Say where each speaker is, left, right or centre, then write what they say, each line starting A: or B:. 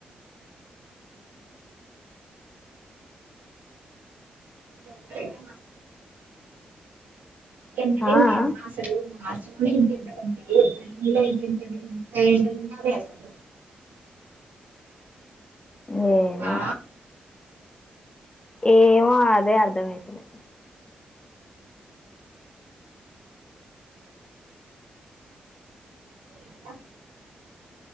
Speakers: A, on the right; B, on the left.
A: దోమలైతే ఎంటలండి
B: ఆ ఆ
A: అమ్మా అసలు మా <unintelligible> నే ఇంతఎడలుంటే ఏప్రిల్ మై లో ఇంకెంత ఎంత ఎండలు ఉండాల్వే అసలు
B: ఏ మా
A: ఆ
B: ఏమో అదే అర్థమైతలే
A: ఇంకా